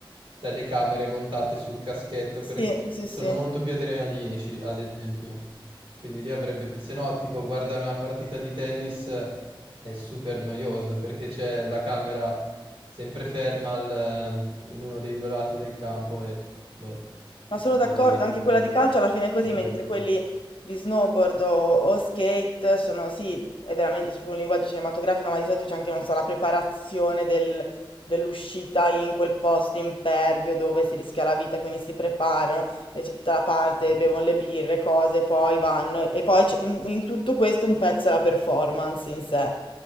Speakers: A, on the right (about 85°); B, on the left (about 70°).
A: sai, le camere montate sul caschetto,
B: sì,
A: quelle co-
B: sì,
A: sono
B: sì.
A: molto più adrenalinici, ad esempio. Quindi lì avrebbe, se no, tipo guardare una partita di tennis è super noioso perché c'è la camera sempre ferma al- ehm, in uno dei due lati del campo e boh,
B: Ma
A: e
B: sono Quindi,
A: vedi
B: d'accordo,
A: avanti
B: anche
A: e indietro
B: quella di calcio alla fine è così,
A: la pallina.
B: mentre quelli di snowboard o, o skate sono, sì, è veramente c'è più un linguaggio cinematografico, ma di solito c'è anche, non so, la preparazione del- dell'uscita in quel posto impervio dove si rischia la vita, quindi si preparano e c'è tutta la parte,
A: Sì,
B: bevono le birre, cose, poi vanno e poi c'è- in, in tutto questo un pezzo è la performance in sé,